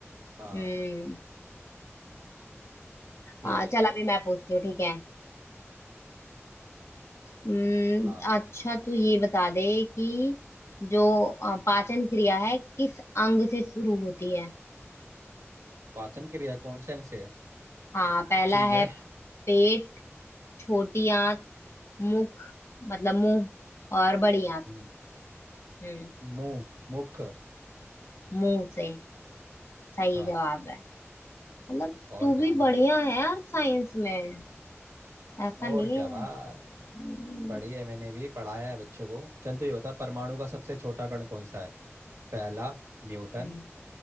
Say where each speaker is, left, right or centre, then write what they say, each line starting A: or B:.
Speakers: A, on the right; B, on the left.
A: हाँ
B: हम्म
A: ठीक
B: हाँ
A: है
B: चल अभी मैं पूछती हूँ ठीक है हम्म
A: हाँ
B: अच्छा तू ये बता दे कि जो अ, पाचन क्रिया है किस अंग से शुरू होती है
A: पाचन क्रिया कौन से अंग से है?
B: हाँ पहला
A: ठीक
B: है
A: है
B: पेट छोटी आंत मुख मतलब मुंह और बड़ी आंत
A: हम्म,
B: हम्म
A: मुंह मुख
B: मुंह से सही
A: हाँ
B: जवाब है मतलब
A: और
B: तू
A: क्या
B: भी
A: मुंह
B: बढ़िया है यार साइंस में ऐसा
A: और
B: नहीं
A: क्या
B: है
A: भाई
B: हम्म
A: पढ़ी है मैंने भी पढ़ाया है बच्चों को चल तू ये बता परमाणु का सबसे छोटा कण कौन सा है पहला न्यूटन
B: हम्म,